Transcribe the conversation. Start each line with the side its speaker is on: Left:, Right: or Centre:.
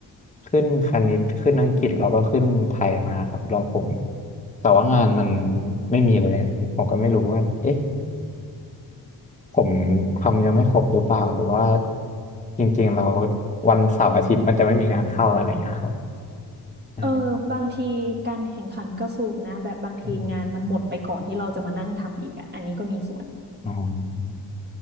Left: ขึ้นคณิตขึ้นอังกฤษแล้วก็ขึ้นไทยมาครับแล้วผมแต่ว่างานมันไม่มีเลยอะไรเงี้ยผมก็ไม่รู้ว่าเอ๊ะผมทำยังไม่ครบหรือเปล่าหรือว่าจริงๆแล้ววันเสาร์อาทิตย์มันจะไม่มีงานเข้าอะไรเงี้ยครับอ่า
Right: เออบางทีการแข่งขันก็สูงนะแบบบางทีงานมันหมดไปก่อนที่เราจะมานั่งทำอีกอ่ะอันนี้ก็มีส่วน
Left: อืมอ๋อ